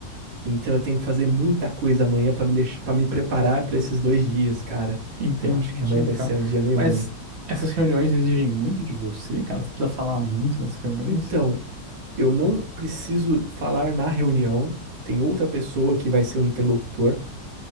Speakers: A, on the right; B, on the right.
A: Então eu tenho que fazer muita coisa amanhã pra me deixar, para me preparar pra esses dois dias, cara.
B: entendi,
A: Então eu acho que amanhã vai
B: cara.
A: ser um dia meio
B: Mas
A: ruim.
B: essas reuniões exigem muito de você, cara? Você precisa falar muito nessas reuniões?
A: Então, eu não preciso falar na reunião, tem outra pessoa que vai ser o interlocutor,